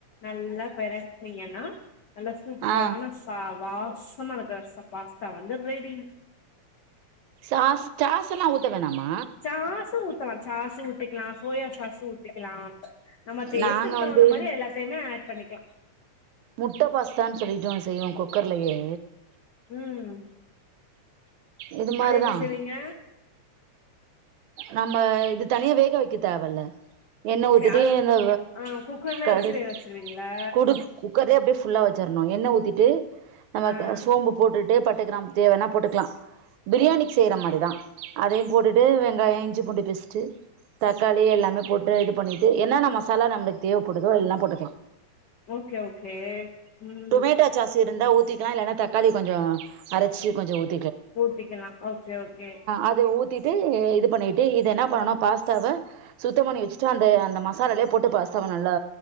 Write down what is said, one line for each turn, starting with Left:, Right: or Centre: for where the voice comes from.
Left: நல்லா பிரட் நீங்க எல்லா நல்லா சூப்பரான
Right: ஆ
Left: சா வாசம்மா இருக்கு சா பாஸ்தா வந்து ரெடி.
Right: ச்சாஸ் சாஸ் எல்லாம் ஊத்த வேணாம்மா
Left: ச்சாஸ் ஊத்தலாம் ச்சாஸ் உத் ஊத்திக்கலாம், சோயா சாசு ஊத்திக்கலாம் நம்ம டேஸ்டுக்கு
Right: நாங்க வந்து
Left: தகுந்த மாதிரி எல்லாத்தையுமே அட் பண்ணிக்கலா
Right: முட்ட பாஸ்தான்னு சொல்லிட்டு ஒன்னு செய்வோன் குக்கர்லயே
Left: உம்
Right: இது மாதிரிதான்
Left: அது எப்படி செய்வீங்க?
Right: நம்ம இது தனியா வேக வைக்க தேவயில்ல என்ன
Left: ஓகே
Right: உத்திட்டு
Left: அது
Right: இந்த
Left: ஆ குக்கர்லயே
Right: கரிக்
Left: வச்சு வேக வச்சிருவீங்களா
Right: குடு குக்கர்ல அப்படியே ஃபுல்லாஹ் வெச்சறணும் எண்ண ஊத்திட்டு நமக்கு
Left: ஆ
Right: சோம்பு போட்டுட்டே ப பட்ட கிராம் தேவன்னா போட்டுக்கலாம் பிரியாணிக்கு செய்ற மாதிரி தான் அதையும் போட்டுட்டு வெங் காயம் இஞ்சி பூண்டு பேஸ்ட்டு தக்காளி எல்லாமே போட்டு இது பண்ணிட்டு என்னன்ன மசாலா நம்மளுக்கு தேவப்படுதோ எல்லாம் போட்டுக்கலாம்
Left: ஓகே ஓகே உம்
Right: டொமேட்டோ சாஸ் இருந்தா ஊத்திக்கலாம் இல்லன்னா தக்காளி கொஞ்சம் அரைச்சு கொஞ்சம் ஊத்
Left: ஊத்திக்கலாம் ஓகே ஓகே
Right: அது ஊத்திட்டு இது பண்ணிட்டு இது என்ன பண்ணனும் பாஸ்தாவ சுத்தம் பண்ணி வச்சுட்டு அந்த அந்த மசாலாலயே போட்டு பாஸ்தாவை நல்லா